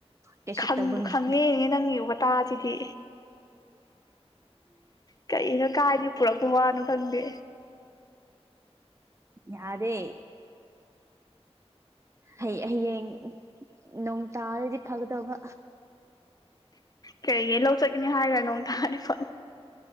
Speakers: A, on the right; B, on the left.
A: ꯀꯦꯁꯨ
B: ꯈꯪꯕꯨ
A: ꯇꯧꯒꯦ
B: ꯈꯪꯉꯦꯅꯦ ꯅꯪꯒꯤ ꯋꯥꯇꯥꯁꯤꯗꯤ ꯀꯩꯅꯣ ꯀꯥꯏꯗꯩ ꯄꯨꯔꯛꯄ ꯋꯥꯅꯣ ꯈꯡꯗꯦ
A: ꯌꯥꯗꯦ ꯍꯩ ꯍꯌꯦꯡ ꯅꯣꯡ ꯇꯥꯔꯗꯤ ꯐꯒꯗꯧꯕ
B: ꯀꯔꯤꯒꯤ ꯂꯧ ꯆꯠꯀꯅꯤ ꯍꯥꯏꯔꯒ ꯅꯣꯡ ꯇꯥꯔꯤꯕ